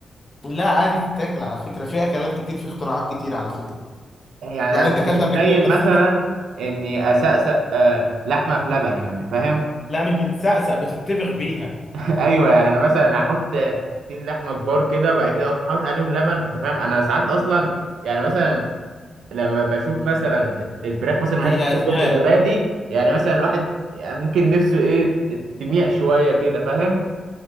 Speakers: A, on the left (about 30°); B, on the right (about 85°).
A: لا عادي تتاكل على فكرة في أكلات كتير في اختراعات كتير على فكرة
B: يعني انا
A: يعني
B: مش
A: أنت أكلت
B: متخيل
A: قبل كده مدفونة؟
B: مثلا اني اسقسق آه، لحمه في لبن يعني فاهم
A: لا مش بتتسقسق بتتبخ بيها
B: <laughs> ايوه يعني انا مثلا احط حتتين لحمه كبار كده وبعد كده اقوم حاطط عليهم لبن انت فاهم انا ساعات اصلا يعني مثلا لما بشوف مثلا الفراخ مثلا وهي
A: هي
B: بتتبل
A: أذواق
B: بزبادي يعني مثلا الواحد يعني ممكن نفسه ايه تميع شويه كده فاهم